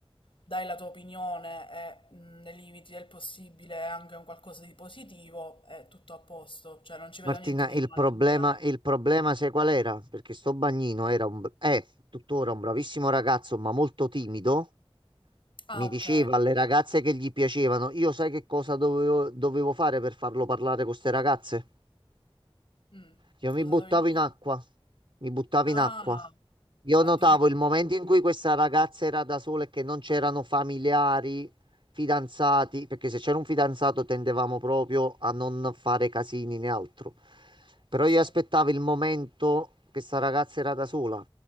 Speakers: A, on the left; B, on the right.
A: dai la tua opinione e mh, nei limiti del possibile è anche un qualcosa di positivo, è tutto a posto. Cioè, non ci
B: Martina,
A: vedo niente di
B: il
A: male,
B: problema,
A: sinceramente.
B: il problema sai qual era? Perché sto bagnino era un, è tuttora un bravissimo ragazzo, ma molto timido.
A: Ah,
B: Mi
A: ok.
B: diceva alle ragazze che gli piacevano, io sai che cosa dovevo, dovevo fare per farlo parlare con queste ragazze?
A: Mm.
B: Io mi
A: Cosa
B: buttavo
A: dovevi dire?
B: in acqua, mi buttavo
A: Ah,
B: in acqua. Io
A: addirittura.
B: notavo il momento in cui questa ragazza era da sola e che non c'erano familiari, fidanzati, perché se c'era un fidanzato tendevamo proprio a non fare casini né altro. Però
A: Sì,
B: io aspettavo il momento che sta ragazza era da sola.